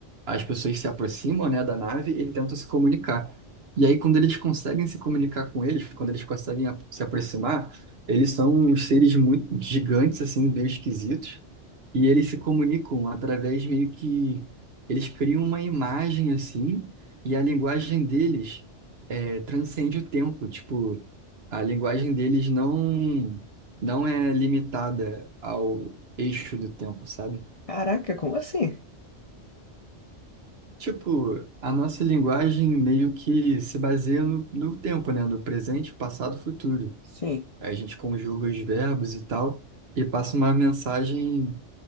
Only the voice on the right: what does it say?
as pessoas se aproximam, né, da nave e tentam se comunicar. E aí quando eles conseguem se comunicar com eles, quando eles conseguem a- se aproximar, eles são uns seres muito gigantes assim, meio esquisitos, e eles se comunicam através meio que eles criam uma imagem assim, e a linguagem deles é, transcende o tempo, tipo, a linguagem deles não não é limitada ao eixo do tempo, sabe?
Tipo, a nossa linguagem meio que se baseia no, no tempo, né? No presente, passado, futuro.
A gente conjuga os verbos e tal e passa uma mensagem